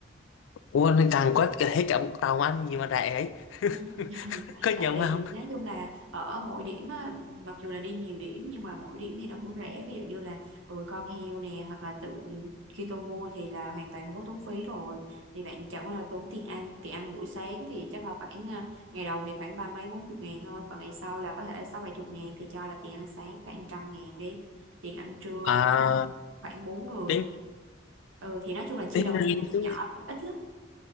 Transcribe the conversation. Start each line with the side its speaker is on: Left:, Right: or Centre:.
Left: Ủa nên càng quét cả hết cả Vũng Tàu ăn gì mà rẻ ấy.
Right: Ừ. <laughs>
Left: <laughs> Có nhầm
Right: Tại vì
Left: không?
Right: nói chung là ở mỗi điểm á, mặc dù là đi nhiều điểm nhưng mà mỗi điểm thì nó cũng rẻ ví dụ như là ừ, con heo nè hoặc là tượng Kitô vua thì là hoàn toàn không có tốn phí rồi thì bạn chẳng qua là tốn tiền ăn tiền ăn buổi sáng thì chắc là khoảng à, ngày đầu thì khoảng ba mấy bốn chục ngàn thôi còn ngày sau là có thể sáu bảy chục ngàn thì cho là tiền ăn sáng khoảng trăm ngàn đi tiền ăn trưa
Left: À
Right: khoảng bốn người
Left: tính
Right: ừ thì nói chung là chia
Left: tính
Right: đầu thì
Left: tính
Right: nhỏ ít lắm